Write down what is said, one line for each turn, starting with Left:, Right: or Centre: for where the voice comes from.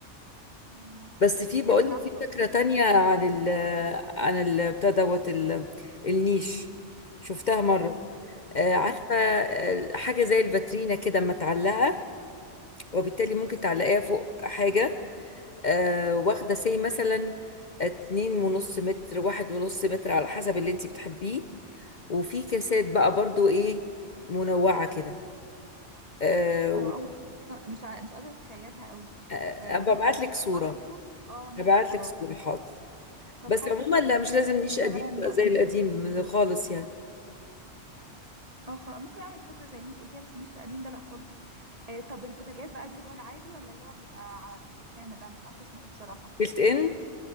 Right: مم.
Left: بس في بقول
Right: يعني
Left: لك
Right: اعمله
Left: في فكرة تانية عن ال عن ال بتاع دوت ال- النيش شفتها مرة
Right: ايه
Left: آه، عارفة
Right: ايه
Left: آه، حاجة زي الفاترينا كده اما تعلقها وبالتالي ممكن تعلقيها فوق حاجة آه، واخدة سي مثلا اتنين ونص متر واحد ونص متر على حسب اللي انتي بتحبيه وفي كاسات بقى برضو ايه منوعة كده آه،
Right: آه اول مش ع... مش قادره اتخيلها قوي
Left: ابقى
Right: آه ممكن
Left: ابعت لك صورة
Right: معاكي صور اه ماشي
Left: هبعت
Right: خلاص
Left: لك صورة حاضر
Right: طب
Left: بس
Right: حاجه
Left: عموما لا مش لازم نيش قديم
Right: كمان
Left: بقى
Right: بقى
Left: زي القديم خالص يعني
Right: اه خلاص ممكن اعمل فكره زي اللي انت قلتيها بس النيش القديم ده لا خالص آه طب البوتاجاز بقى اجيب اللي هو العادي ولا اللي هو بيبقى على الرخامه ده مش عارفه اسمه ايه بصراحه
Left: بيلت ان